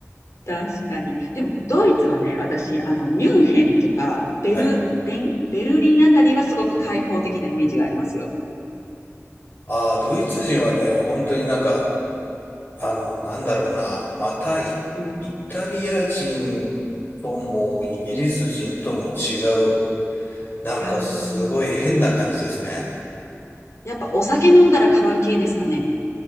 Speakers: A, on the left; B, on the left.
A: 確かに。でも、ドイツはね、私、あの、ミュンヘンとか、ベルリン、
B: はい。
A: ベルリンあたりはすごく開放的なイメージがありますよ。
B: ああ、ドイツ人はね、本当になんか、あの、なんだろうな。またイ、
A: うん。
B: イタリア人ともイギリス人とも違う。なんかすごい変な感じですね。
A: 違う。やっぱお酒飲んだら変わる系ですかね。